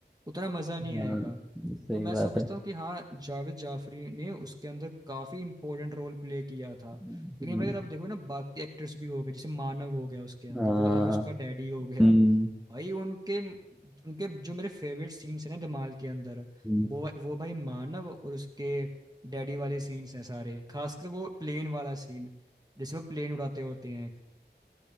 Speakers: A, on the right (about 20°); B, in the centre.
A: उतना मजा नहीं
B: हाँ
A: आएगा
B: सही
A: तो मैं
B: बात
A: समझता
B: है
A: हूँ कि हाँ जावेद जाफरी ने उसके अंदर काफी इंपॉर्टेंट रोल प्ले किया था
B: हम्म,
A: लेकिन भाई अगर आप देखो ना बाकी एक्टर्स भी हो गए जैसे मानव हो गया उसके अंदर
B: हाँ
A: जो या फिर उसका डैडी हो गया
B: हम्म,
A: भाई उनके उनके जो मेरे फेवरेट सीन्स हैं ना धमाल के अंदर
B: हम्म,
A: वो वो भाई मानव और उसके डैडी वाले सीन्स हैं सारे खासकर वो प्लेन वाला सीन जिसमें प्लेन उड़ाते होते हैं एक